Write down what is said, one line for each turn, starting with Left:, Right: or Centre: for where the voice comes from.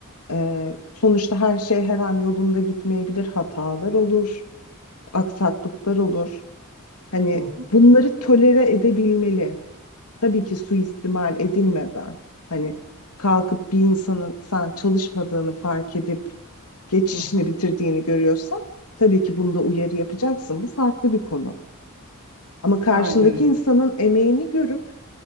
Left: e, sonuçta her şey her an yolunda gitmeyebilir. Hatalar olur, aksaklıklar olur. Hani
Right: Hı hı,
Left: bunları tolere edebilmeli. Tabii ki suistimal edilmeden. Hani kalkıp bir insanın sen çalışmadığını fark edip geçişini
Right: hı hı.
Left: bitirdiğini görüyorsan tabii ki bunda uyarı yapacaksın. Bu farklı bir konu. Ama karşındaki
Right: Aynen öyle.
Left: insanın emeğini görüp